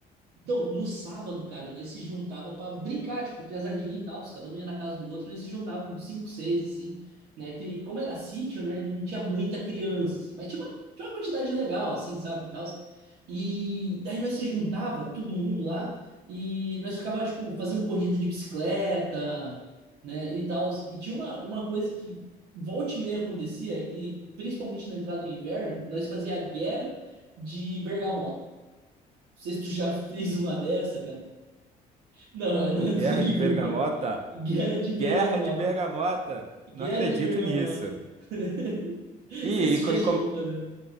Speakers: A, on the right; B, on the right.
A: Então, no sábado, cara, nós se juntava para brincar, tipo, piazadinha e tal, cada um ia na casa do outro, nós se juntava com cinco, seis, assim, né? Que, como era sítio, né? Não tinha muita criança, assim, mas tinha uma, tinha uma quantidade legal, assim, sabe, e tal. E daí nós se juntava, todo mundo lá, e nós ficava, tipo, fazendo corrida de bicicleta, né, e tal. E tinha uma, uma coisa que volta e meia acontecia, é que, principalmente na entrada do inverno, nós fazia guerra de bergamota. Não sei se tu já <laughs> fez uma dessa, cara. Não, é não é
B: Guerra
A: terrível,
B: de Bergamota?
A: cara. Guerra de
B: Guerra
A: bergamota.
B: de Bergamota?
A: Guerra
B: Não acredito
A: de bergamota.
B: nisso.
A: <laughs> Não
B: E,
A: sei se
B: e,
A: tu
B: co-
A: já
B: e
A: chegou
B: como-
A: a fazer.